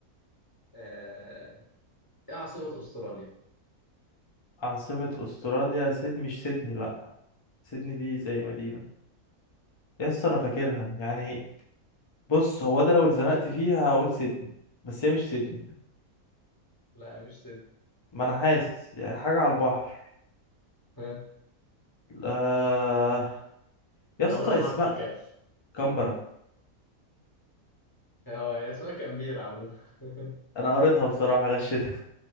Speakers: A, on the left; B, on the left.
A: آه، ايه عاصمة استراليا؟
B: عاصمة استراليا سيدني مش سيدني لا سيدني دي زي مدينة يا اسطى انا فاكرها يعني بص هو ده لو اتزنقت فيها هقول سيدني بس هي مش سيدني
A: لا مش سيد
B: ما انا حاسس يعني حاجه على البحر
A: ها؟
B: آه... يا اسطى
A: اولها حرف
B: اسمها
A: الكاف
B: كامبرا
A: هو هي اسمها كامبيرا عموما <laughs>
B: انا قريتها بصراحه غشتها